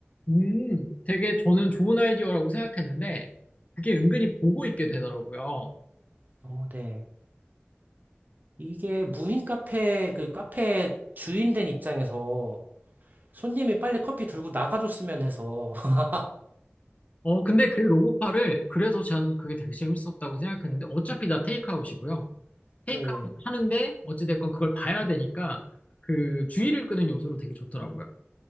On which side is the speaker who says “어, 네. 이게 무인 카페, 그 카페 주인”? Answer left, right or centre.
Right